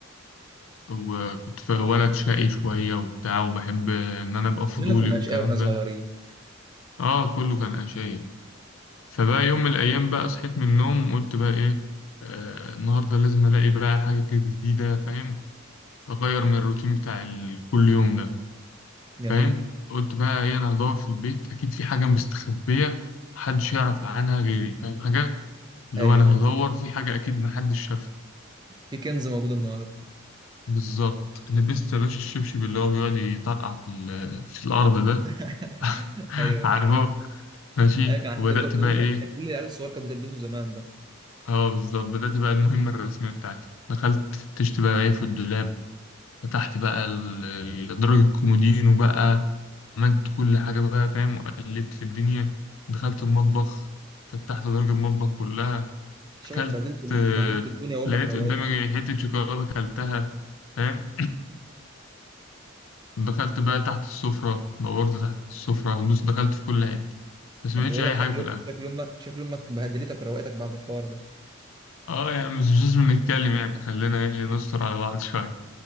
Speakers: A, on the left (about 70°); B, on the right (about 20°).
A: وكنت في ولد شقي شوية وبتاع وبحب إن أنا أبقى فضولي
B: كلنا كنا
A: والكلام
B: أشقياء وإحنا صغيرين
A: ده آه كله كان أشياء فبقى يوم من الأيام بقى صحيت من النوم قلت بقى إيه آه النهاردة لازم ألاقي بقى حاجة جديدة فاهم أغير من الروتين بتاع ال- كل يوم ده
B: جميل
A: فاهم قلت بقى ايه انا هدور في البيت اكيد في حاجه مستخبيه محدش يعرف عنها غيري فاهم حاجه اللي
B: أيوه
A: هو انا
B: أيوه
A: هدور في حاجه اكيد محدش شافها
B: في كنز موجود النهاردة
A: بالظبط لبست يا باشا الشبشب اللي هو بيقعد يطرقع في ال- في الارض ده
B: <laughs>
A: <laughs>
B: أيوه
A: عارفه ماشي
B: أيوه كان عندك
A: وبدات
B: كل
A: بقى ايه
B: كل العيال الصغيرة كانت بتلبسه زمان ده
A: اه بالظبط بدات بقى المهمه الرسميه بتاعتي دخلت تشت بقى ايه في الدولاب فتحت بقى ال- ال- درج الكومودينو بقى عملت كل حاجة بقى فاهم وقلبت في الدنيا دخلت المطبخ فتحت درج المطبخ كلها
B: شكلك
A: أكلت
B: بهدلت بهدلت
A: آه،
B: الدنيا وأمك
A: لقيت
B: روقت
A: قدامي حتة شوكولاتة أكلتها فاهم <clears throat> دخلت بقى تحت السفرة دورت تحت السفرة بص دخلت في كل حتة بس ما
B: انت
A: لقيتش
B: بقول
A: أي
B: لك شكله
A: حاجة في الآخر
B: شكل امك شكل امك بهدلتك وروقتك بعد الحوار ده
A: اه يعني مش لازم نتكلم يعني خلينا ايه نستر على بعض شوية